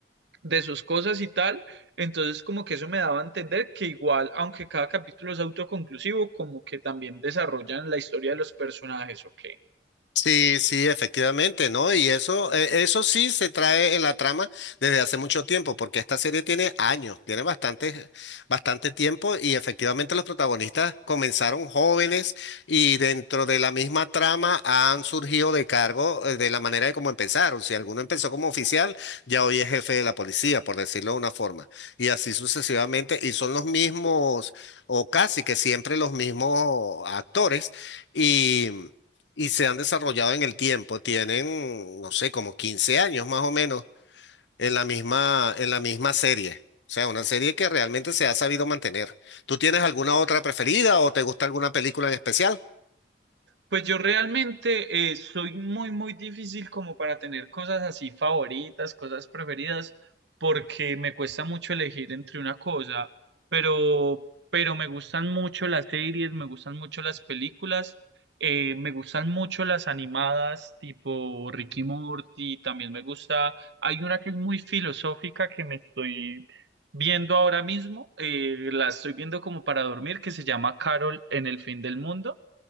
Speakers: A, on the right; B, on the left.
A: de sus cosas y tal. Entonces, como que eso me daba a entender que igual, aunque cada capítulo es autoconclusivo, como que también desarrollan la historia de los personajes, ¿ok?
B: Sí, sí, efectivamente, ¿no? Y eso, eh, eso sí se trae en la trama desde hace mucho tiempo, porque esta serie tiene años, tiene bastante, bastante tiempo y efectivamente los protagonistas comenzaron jóvenes y dentro de la misma trama han surgido de cargo eh, de la manera de cómo empezaron. Si alguno empezó como oficial, ya hoy es jefe de la policía, por decirlo de una forma, y así sucesivamente, y son los mismos o casi que siempre los mismos actores y y se han desarrollado en el tiempo. Tienen, no sé, como 15 años más o menos en la misma, en la misma serie. O sea, una serie que realmente se ha sabido mantener. ¿Tú tienes alguna otra preferida o te gusta alguna película en especial?
A: Pues yo realmente eh, soy muy, muy difícil como para tener cosas así favoritas, cosas preferidas, porque me cuesta mucho elegir entre una cosa, pero, pero me gustan mucho las series, me gustan mucho las películas, eh, me gustan mucho las animadas tipo Ricky Morty, también me gusta, hay una que es muy filosófica que me estoy viendo ahora mismo, eh, la estoy viendo como para dormir, que se llama Carol en el fin del mundo.